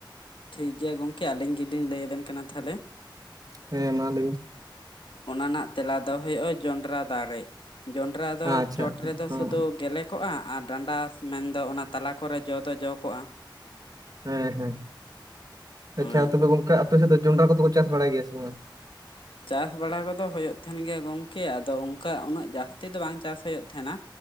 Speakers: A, on the left (about 85°); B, on the right (about 45°).
A: ᱴᱷᱤᱠ ᱜᱮᱭᱟ ᱜᱚᱢᱠᱮ ᱟᱹᱞᱤᱧ ᱜᱮᱞᱤᱧ ᱞᱟᱹᱭᱟᱵᱮᱱ ᱠᱟᱱᱟ ᱛᱟᱦᱚᱞᱮ
B: ᱦᱮᱸ ᱢᱟ ᱞᱟᱹᱭ ᱢᱮ
A: ᱚᱱᱟ ᱨᱮᱱᱟᱜ ᱛᱮᱞᱟ ᱫᱚ ᱦᱩᱭᱩᱜᱼᱟ ᱡᱚᱱᱰᱨᱟ ᱫᱟᱨᱮ ᱡᱚᱱᱰᱨᱟ ᱫᱚ
B: ᱟᱪᱪᱷᱟ
A: ᱪᱚᱴ
B: ᱟᱪᱪᱷᱟ
A: ᱨᱮᱫᱚ
B: ᱦᱚᱸ
A: ᱥᱩᱫᱷᱩ ᱜᱮᱞᱮ ᱠᱚᱜᱼᱟ ᱟᱨ ᱰᱟᱸᱰᱟ ᱢᱮᱱᱫᱚ ᱚᱱᱟ ᱛᱟᱞᱟ ᱠᱚᱨᱮ ᱡᱚ ᱫᱚ ᱡᱚ ᱠᱚᱜᱼᱟ
B: ᱦᱮᱸ ᱦᱮᱸ
A: ᱦᱳᱭ
B: ᱟᱪᱪᱷᱟ ᱛᱚᱵᱮ ᱜᱚᱝᱠᱮ ᱟᱯᱮ ᱥᱮᱜ ᱫᱚ ᱡᱚᱱᱰᱨᱟ ᱠᱚᱫᱚ ᱠᱚ ᱪᱟᱥ ᱵᱟᱲᱟᱭ ᱜᱮᱭᱟ ᱥᱮ ᱵᱟᱝ?
A: ᱪᱟᱥ ᱵᱟᱲᱟ ᱠᱚᱫᱚ ᱦᱚᱭᱚᱜ ᱛᱟᱦᱮᱱ ᱜᱮᱭᱟ ᱜᱚᱝᱠᱮ, ᱟᱫᱚ ᱚᱱᱠᱟ ᱩᱱᱟᱹᱜ ᱡᱟᱥᱛᱤ ᱫᱚ ᱵᱟᱝ ᱪᱟᱥ ᱦᱩᱭᱩᱜ ᱛᱟᱦᱮᱱᱟ᱾